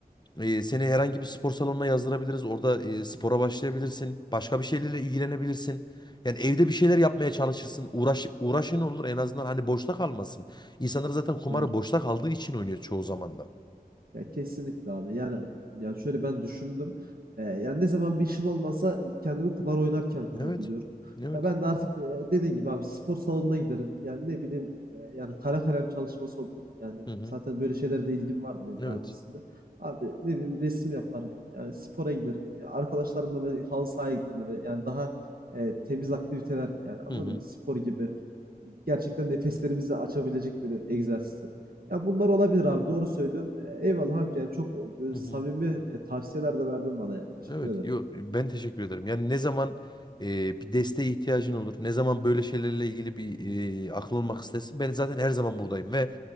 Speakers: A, on the left; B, on the right.
A: E, seni herhangi bir spor salonuna yazdırabiliriz. Orada e, spora başlayabilirsin. Başka bir şeylerle ilgilenebilirsin. Yani evde bir şeyler yapmaya çalışırsın. Uğraş, uğraşın olur en azından hani boşta kalmasın. İnsanlar zaten kumarı
B: Doğru.
A: boşta kaldığı için oynuyor çoğu zaman da.
B: Ya kesinlikle abi. Yani yani şöyle ben düşündüm. Eee, yani ne zaman bir işim olmasa kendimi kumar oynarken
A: Evet.
B: e, buluyorum.
A: Evet.
B: Ya ben de artık e, dediğin gibi abi spor salonuna giderim. Yani ne bileyim e, yani kara kalem çalışması olur. Yani
A: Hı hı.
B: zaten böyle şeylere de ilgim vardı benim
A: Evet.
B: daha öncesinde. Abi ne bileyim resim yaparım. Yani spora giderim. Ya arkadaşlarımla böyle halı sahaya giderim. Böyle yani daha e, temiz aktiviteler yani anladın
A: Hı hı.
B: mı? Spor gibi gerçekten nefeslerimizi açabilecek böyle egzersizler. Ya bunlar olabilir abi doğru söylüyorsun. Eee, eyvallah abi yani çok böyle
A: Hı
B: samimi
A: hı.
B: e, tavsiyeler de verdin bana yani. Teşekkür
A: Evet,
B: ederim.
A: yo, ben teşekkür ederim. Yani ne zaman e, bir desteğe ihtiyacın olur, ne zaman böyle şeylerle ilgili bir e, akıl almak istersin, ben zaten her zaman buradayım ve